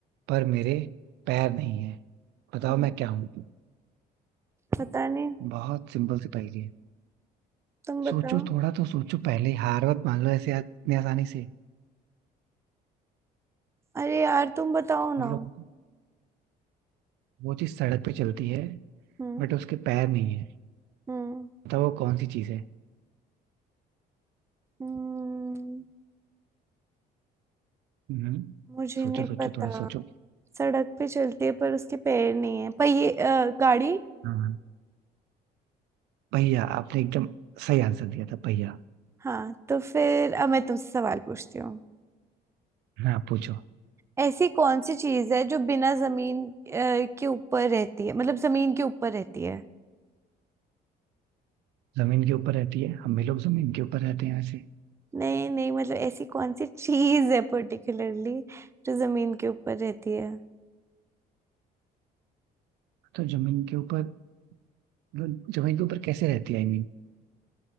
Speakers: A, on the right (about 80°); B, on the right (about 15°).
A: पर मेरे पैर नहीं है बताओ
B: हम्म,
A: मैं क्या हूँ
B: पता नहीं
A: बहुत सिंपल सी पहेली है
B: तुम बताओ
A: सोचो थोड़ा तो सोचो पहले हार मत मान लो ऐसे आ- इतनी आसानी से
B: अरे यार तुम बताओ
A: मतलब
B: ना
A: वो चीज सड़क पे चलती है
B: हम्म
A: बट उसके पैर नहीं है
B: हम्म
A: बताओ वो कौन सी चीज है
B: हम्म।
A: हम्म
B: मुझे
A: सोचो
B: नहीं
A: सोचो
B: पता
A: थोड़ा सोचो
B: सड़क पे चलती है पर उसके पैर नहीं है पर ये अ, गाड़ी
A: हाँ हाँ। पहिया आपने एकदम सही आंसर दिया था पहिया
B: हाँ तो फिर अब मैं तुमसे सवाल पूछती हूँ
A: हाँ पूछो
B: ऐसी कौन सी चीज है जो बिना जमीन अ, के ऊपर रहती है मतलब जमीन के ऊपर रहती है
A: जमीन के ऊपर रहती है हम भी लोग जमीन के ऊपर रहते हैं ऐसे
B: नहीं नहीं मतलब ऐसी कौन सी चीज है पर्टिकुलरली जो जमीन के ऊपर रहती है
A: तो जमीन के ऊपर जमीन के ऊपर कैसे रहती है आई मीन